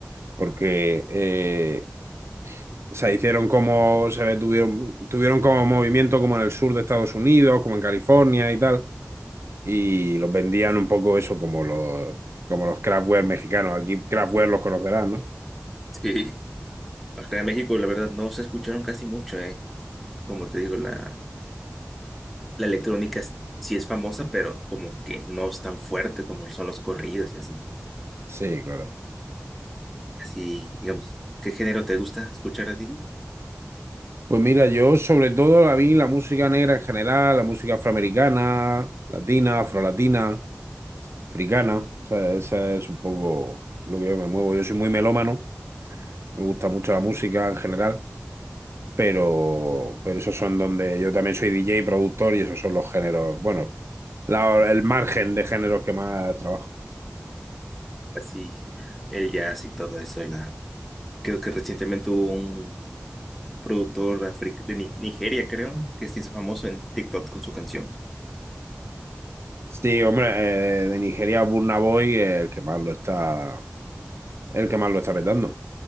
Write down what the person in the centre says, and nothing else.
sí. Acá en México, la verdad, no se escucharon casi mucho, ¿eh? Como te digo, la, la electrónica es- sí es famosa, pero como que no es tan fuerte como son los corridos y así.
Así, digamos, ¿qué género te gusta escuchar a ti?
Así, el jazz y todo eso. La, creo que recientemente hubo un productor afric- de Ni- Nigeria, creo, que se hizo famoso en TikTok con su canción.